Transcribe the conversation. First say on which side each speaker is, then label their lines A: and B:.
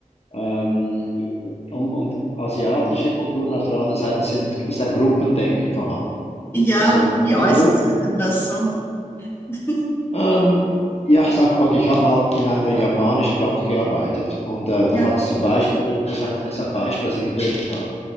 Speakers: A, on the left; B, on the left.
A: Ähm, und,
B: Mhm.
A: und asiatische Kulturen auf der anderen Seite sind, ist ein Gruppendenken vorhanden.
B: Ja,
A: Also
B: wie, wie äußert
A: die Gruppe
B: sich denn das so? <laughs>
A: ähm, ja, sag, okay, ich habe mal in einer japanischen Bank gearbeitet und äh, da
B: Ja,
A: hat es zum Beispiel, das ist ein, das ist ein Beispiel, das ich dir geben kann,